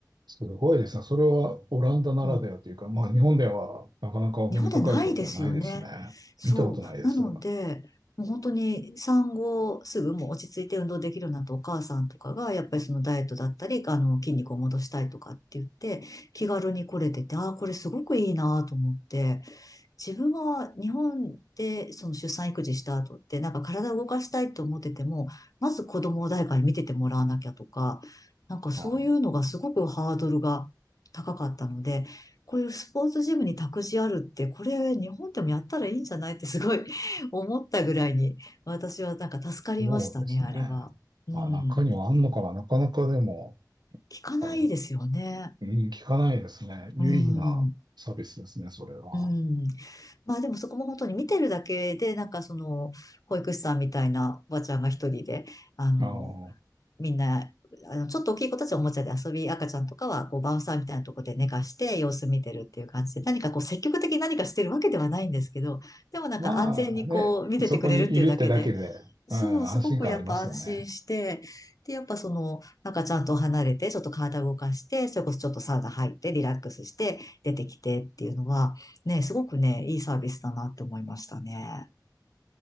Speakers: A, on the right (about 75°); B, on the left (about 55°).
A: すごいですね。それはオランダならではというか、
B: うん。
A: まあ日本ではなかなかお目にかかることもないですね。
B: 日本でないですよね。そう。
A: 見たことないです。
B: なので、もう本当に産後すぐもう落ち着いて運動できるようになったお母さんとかが、やっぱりそのダイエットだったり、あの、筋肉を戻したいとかって言って、気軽に来れてて、ああ、これすごくいいなと思って、自分が日本でその出産育児した後って、なんか体を動かしたいと思ってても、まず子供を誰かに見ててもらわなきゃとか、なんかそういうのがすごくハードルが高かったので、
A: あ、
B: こういうスポーツジムに託児あるって、これ日本でもやったらいいんじゃないってすごい <laughs> 思ったぐらいに、私はなんか助かりましたね、
A: そうですね。
B: あれは。うん。
A: あ、中にはあんのかな。なかなかでも、
B: 聞かないですよね。
A: あの、うん、聞かないですね。有意義なサービスですね、
B: うん。
A: それは。
B: うん。まあでもそこも本当に見てるだけで、なんかその、保育士さんみたいなおばちゃんが一人で、あの、
A: あの、
B: みんな、あの、ちょっと大きい子たちはおもちゃで遊び、赤ちゃんとかは、こう、バウンサーみたいなところで寝かして様子見てるっていう感じで、何かこう、積極的に何かしてるわけではないんですけど、でもなんか安全にこう、
A: まあね、
B: 見ててくれるっていうだけで、
A: そこにいるってだけで、
B: そう、
A: うん、
B: すごくやっぱ安心して、
A: 安心感ありますよね。
B: で、やっぱその、なんかちゃんと離れて、ちょっと体を動かして、それこそちょっとサウナ入って、リラックスして、出てきてっていうのは、ね、すごくね、いいサービスだなって思いましたね。